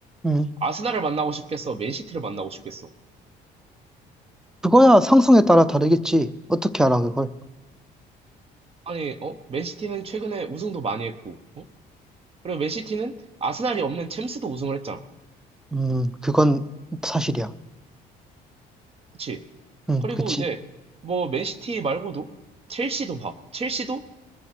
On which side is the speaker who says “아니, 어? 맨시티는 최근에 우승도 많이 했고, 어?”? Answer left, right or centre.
Right